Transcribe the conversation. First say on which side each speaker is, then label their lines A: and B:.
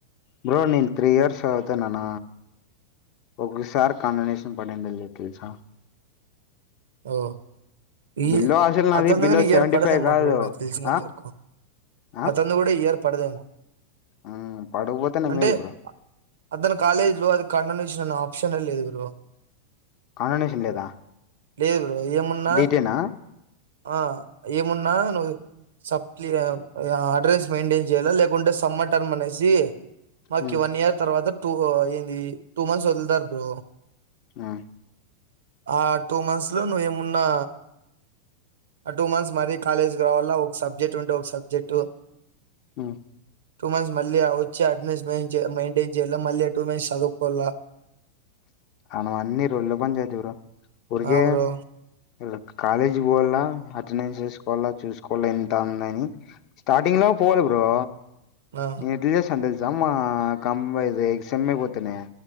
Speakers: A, on the left; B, on the right.
A: బ్రో నను త్రీ ఇయర్స్ చదుతునాన్న ఒకసారి కండనేషన్ పడింది కల్సా
B: ఓ ఈ
A: బిలో అసలు నాది
B: అతను
A: బిలో
B: కానీ ఇయర్
A: సెవెంటీ
B: పడదేమో
A: ఫైవ్ కాదు
B: బ్ర నాకు తెలిసినంత
A: ఆ
B: వరకు
A: ఆ
B: అతను కూడా ఇయర్ పడదేమో
A: ఉమ్ పడకపోతేనే
B: అంటే
A: మేలు బ్రో
B: అతని కాలేజీ లో అది కండ నుచ్చిన ఆప్షన్ లేదు లో
A: కండనేషన్ లేదా
B: లేధు ఏమున్నా
A: డీటేనా
B: ఆ ఏమున్నా నువ్వు సప్లి అడ్రస్ మెయింటైన్ చేయాల లేకుంటే సమ్మటన్ అనేసి మాకి
A: ఉమ్
B: వన్ ఇయర్ తర్వాత టూ ఏంది టూ మంత్స్ వల్దారు బ్రో
A: ఆ
B: ఆ టూ మంత్స్ లో నువ్వేమున్నా ఆ టూ మంత్స్ మరీ కాలేజీకి రావాలా ఒక సబ్జెక్ట్ ఉంటే ఒక సబ్జెక్టు
A: ఉమ్
B: టూ మంత్స్ మళ్ళీ వచ్చి అటెండెన్స్ మ మెయింటైన్ చేయ మళ్ళీ టూ మంత్స్ చవుకోల
A: అను అన్నిరు ఒళ్ళు బం అది ఇవరు ఉరికే
B: ఆ బ్రో
A: లో కాలేజీ పోవాల అటెండెన్స్ చేసుకోవాలా చూసుకోవాల ఎంత ఉందని స్టార్టింగ్ లో పోవాలి బ్రో
B: ఆ,
A: నెన్ ఎట్లా చెస్తాన్ టెల ఎజమ్ క ఆ సెమె అయ్‌పోథేన్